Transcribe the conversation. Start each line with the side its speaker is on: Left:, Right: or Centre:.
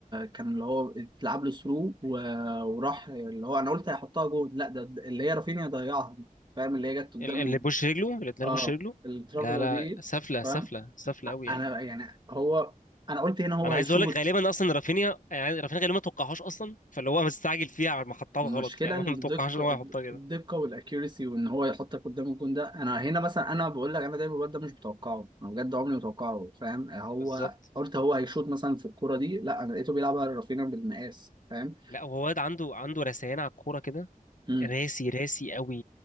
Right: كان اللي هو اتلعب له ثرو وراح اللي هو انا قلت هيحطها جول لا ده ده اللي هي رافينيا ضيعها فاهم اللي هي جت قدام
Left: ال- اللي بوش رجله اللي اتنين
Right: اه
Left: بوش رجله
Right: الترافيلا
Left: لا لا
Right: دي
Left: سفله
Right: فاهم
Left: سفله سفله قوي
Right: انا
Left: يعني
Right: يعني هو انا قلت هنا هو
Left: انا
Right: هيشوط
Left: عايز اقول لك غالبا اصلا رافينيا يعني رافينيا غالبا ما توقعهاش اصلا فاللي هو مستعجل فيها على ما حطها
Right: المشكلة
Left: غلط يعني
Right: الدقة
Left: هو ما توقعهاش ان هو يحطها كده
Right: الدقة والاكيوريسي وان هو يحطك قدام الجون ده انا هنا مثلا انا بقول لك انا دايما الواد ده مش متوقعه انا بجد عمري ما متوقعه فاهم هو
Left: بالظبط
Right: قلت هو هيشوط مثلا في الكورة دي لا انا لقيته بيلعبها رافينا بالمقاس فاهم
Left: لا هو واد عنده عنده رثيان على الكوره كده
Right: امم
Left: راسي راسي قوي